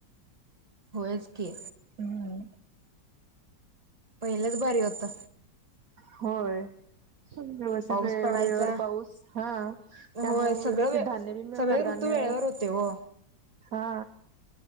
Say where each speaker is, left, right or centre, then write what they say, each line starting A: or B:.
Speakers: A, on the right (about 20°); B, on the right (about 55°).
A: होईल की
B: हम्म
A: पहिल्याच भारी होतं
B: होय व्यवस्थित
A: पाऊस
B: वेळेवर
A: पडायचा
B: वेळेवर पाऊस हा
A: होय
B: त्यामुळे
A: सगळं
B: व्यवस्थित
A: वे
B: धान्य बी म
A: सगळे
B: कडधान्य
A: ऋतू वेळेवर होते हो
B: हा